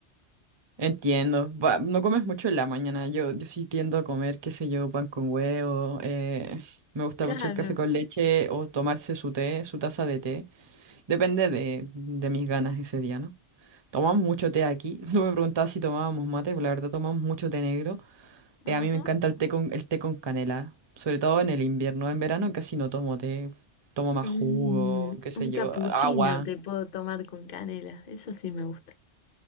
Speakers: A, on the right (about 30°); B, on the left (about 55°).
A: entiendo. Va, no comes mucho en la mañana. Yo, yo sí tiendo a comer, qué sé yo, pan con huevo. eh, me gusta
B: Claro,
A: mucho el café con leche o tomarse su té, su taza de té. Depende de, de mis ganas ese día, ¿no? Tomamos mucho té aquí. <laughs> No me preguntabas si tomábamos mate, pero la verdad tomamos mucho té negro.
B: ajá.
A: Eh, a mí me encanta el té con, el té con canela, sobre todo en el invierno. En verano casi no tomo té, tomo más
B: Un,
A: jugo, qué sé
B: un
A: yo,
B: capuchino
A: agua.
B: te puedo tomar con canela, eso sí me gusta.